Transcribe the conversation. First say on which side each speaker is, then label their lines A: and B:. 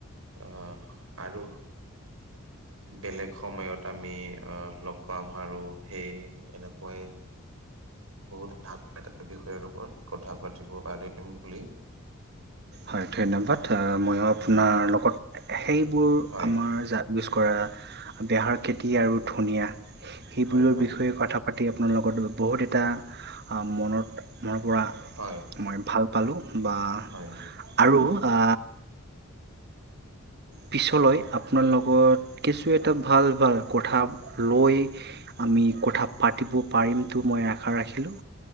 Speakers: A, on the right (about 75°); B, on the right (about 50°).
A: আহ আৰু বেলেগ সময়ত আমি আহ লগ পাম আৰু। সেইে এনেকুৱাই। বহুত ভাল এটা বিষয়ৰ ওপৰত কথা পাতিব পাৰিম বুলি
B: হয়, ধন্যবাদ ময়ো আপোনাৰ
A: আহ
B: লগত সেইবোৰ
A: হয়,
B: আমাৰ জাতি ইউজ কৰা বেহৰ খেতি আৰু ধনীয়া সেইবোৰৰ
A: হয়, হয়,
B: বিষয়ে কথা পাতি আপোনাৰ লগত বহুত এটা মনত মনৰ পৰা
A: হয়,
B: মই ভাল পালোঁ বা
A: হয়, হয়।
B: আৰু আ পিছলৈ আপোনাৰ লগত কিছু এটা ভাল ভাল কথা লৈ আমি কথা পাতিব পাৰিমতটো মই আশা ৰাখিলোঁ।